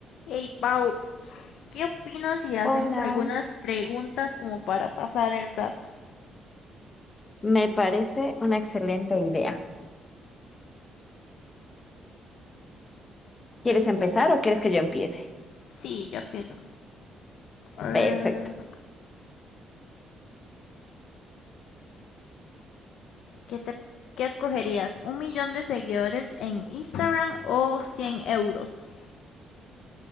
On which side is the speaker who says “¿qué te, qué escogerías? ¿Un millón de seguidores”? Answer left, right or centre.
Left